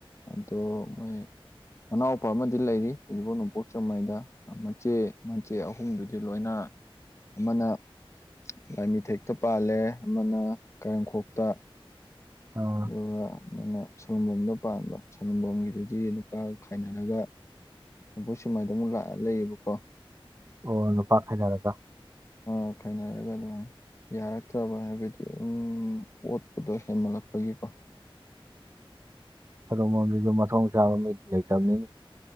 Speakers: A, on the left (about 30°); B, on the right (about 30°).
A: ꯑꯗꯣ ꯃꯣꯏ ꯃꯅꯥꯎꯄꯥ ꯑꯃꯗꯤ ꯂꯩꯔꯤ ꯍꯧꯖꯤꯛꯐꯥꯎ ꯅꯣꯡꯄꯣꯛ ꯆꯦꯡꯃꯩꯗ ꯃꯆꯦ ꯃꯆꯦ ꯑꯍꯨꯝꯗꯨꯗꯤ ꯂꯣꯏꯅ ꯑꯃꯅ ꯂꯥꯏꯃꯤꯊꯦꯛꯇ ꯄꯥꯜꯂꯦ ꯑꯃꯅ ꯀꯔꯪꯈꯣꯛꯇ
B: ꯍ
A: ꯑꯗꯨꯒ ꯅꯣꯏꯅ ꯁꯅꯨꯝꯝꯕꯝꯅ ꯄꯥꯟꯕ ꯁꯅꯝꯕꯝꯒꯤꯗꯨꯗꯤ ꯅꯨꯄꯥꯒ ꯈꯥꯏꯅꯔꯒ ꯅꯣꯏ ꯁꯨꯃꯥꯏꯗꯅ ꯑꯃꯨꯛ ꯂꯥꯛꯑ ꯂꯩꯌꯦꯕꯀꯣ
B: ꯑꯣ ꯅꯨꯄꯥꯛ ꯈꯅꯔꯒ
A: ꯑ ꯈꯥꯏꯅꯔꯒ ꯑꯗꯨꯃꯥꯏꯅ ꯌꯥꯔꯛꯇ꯭ꯔꯕ ꯍꯥꯏꯕꯗꯤ ꯑꯗꯨꯝ ꯑꯣꯠꯄꯗꯣ ꯍꯦꯟꯃꯜꯂꯛꯄꯒꯤꯀꯣ
B: ꯁꯂꯨ ꯂꯣꯝꯗꯁꯨ ꯃꯊꯣꯡ ꯆꯥꯕ ꯃꯤ ꯂꯩꯇꯕꯅꯤꯅꯤ